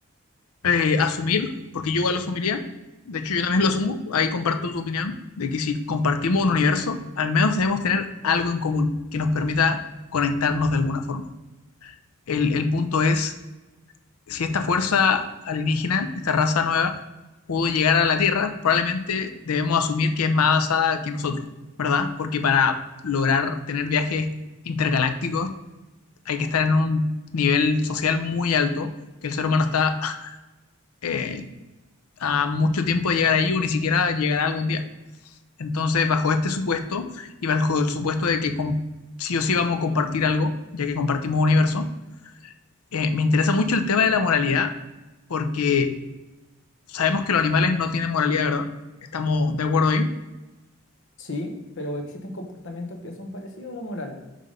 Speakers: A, on the left; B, on the left.
A: eh, asumir, porque yo igual lo asumiría. De hecho, yo también lo asumo. Ahí comparto tu opinión de que si compartimos un universo, al menos debemos tener algo en común que nos permita conectarnos de alguna forma. El, el punto es, si esta fuerza alienígena, esta raza nueva, pudo llegar a la Tierra, probablemente debemos asumir que es más avanzada que nosotros, ¿verdad? Porque para lograr tener viajes intergalácticos hay que estar en un nivel social muy alto que el ser humano está eh, a mucho tiempo de llegar ahí o ni siquiera llegará algún día. Entonces, bajo este supuesto y bajo el supuesto de que com- sí o sí vamos a compartir algo, ya que compartimos universo, eh, me interesa mucho el tema de la moralidad porque sabemos que los animales no tienen moralidad, ¿verdad? Estamos de acuerdo ahí.
B: Sí, pero existen comportamientos que son parecidos a lo moral.